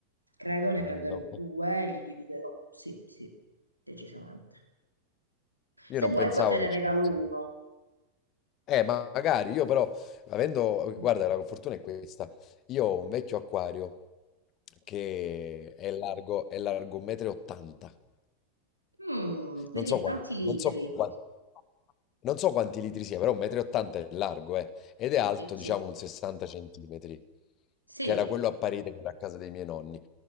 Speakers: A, on the left; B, on the left.
A: credo ne
B: Mm,
A: prenderò
B: no.
A: due e li dividerò, sì, sì, decisamente.
B: Io
A: Se
B: non
A: vuoi
B: pensavo
A: poi te ne
B: che ci
A: regalo
B: fosse.
A: uno.
B: Eh, ma magari io però, avendo,
A: Mm.
B: guarda, la fortuna è questa. Io ho un vecchio acquario che è largo, è largo 1,80 m.
A: Mm, quindi
B: Non so
A: tanti
B: quanti,
A: litri.
B: non so quanti, non so quanti litri sia, però 1,80 m è largo, eh. Ed è alto,
A: Sì, sì,
B: diciamo, un 60 centimetri,
A: sì,
B: che era quello a parete che era a casa dei miei nonni.